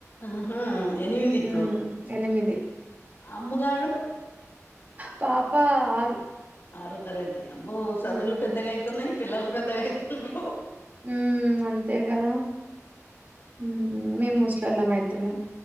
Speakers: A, on the left (about 45°); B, on the right (about 35°).
A: ఆహా ఎనిమిది ఇప్పుడు
B: ఉమ్ ఎనిమిది
A: అమ్ము గాడు
B: పాప ఆరు
A: ఆరో తరగతి అబ్బో చదువులు
B: ఉమ్
A: పెద్దగైతున్నయ్ పిల్లలు పెద్దగైతుండ్రు
B: హ్మ్ అంతే గదా మేము హ్మ్ ముసులోళ్ళం అయితున్నం